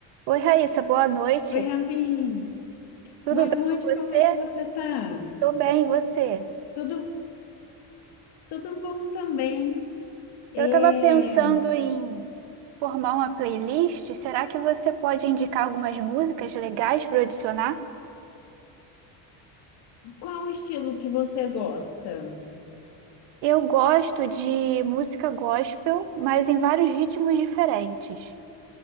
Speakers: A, on the right; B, on the left.
A: Oi, Raíssa, boa noite.
B: Oi, Ravine.
A: Tudo
B: Boa
A: bem
B: noite,
A: com você?
B: como é que você tá?
A: Tô bem, e você?
B: Tudo, tudo bom também? É,
A: Eu estava pensando em formar uma playlist. Será que você pode indicar algumas músicas legais para adicionar?
B: Qual o estilo que você gosta?
A: Eu gosto de música gospel, mas em vários ritmos diferentes.